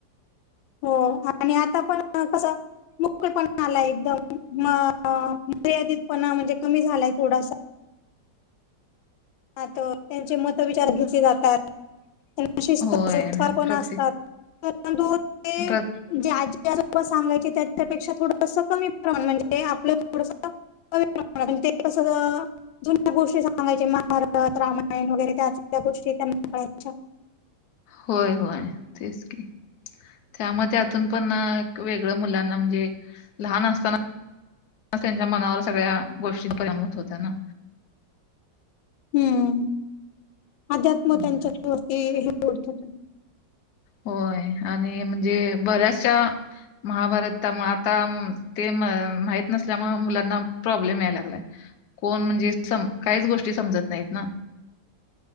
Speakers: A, on the left; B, on the left.
A: हो आणि आता पण कसं? मोकळे पण आलाय एकदम मर्यादित पणा म्हणजे कमी झालाय थोडासा त्यांचे मत विचार घेतली जातात त्यांना शिस्तस्कार
B: होय आणि
A: कोण
B: प्रत्येक
A: असतात. परंतु ते
B: प्र
A: ज ज्याजो सांगायचे त्याच्यापेक्षा थोडंस कमी प्रमाण म्हणजे आपलं थोडस कमी ते कस जुन्या गोष्टी सांगायचे. भारत रामायण वगैरे त्या त्या गोष्टी त्यां काळायच्या
B: होय होय तेच की त्यामुळे त्यातून पण वेगळं मुलांना म्हणजे लहान असताना त्यांच्या मनावर सगळ्या गोष्टी परिणाम होत्या ना.
A: हम्म अध्यात्म
B: हम्म.
A: त्यांच्या वती हे त
B: होय आणि म्हणजे बऱ्याचशा महाभारतामुळे आता ते माहत नसल्यामुळे मुलांना प्रॉब्लेम यायला लागलाय. कोण म्हणजे स काहीच गोष्टी समजत नाहीत ना.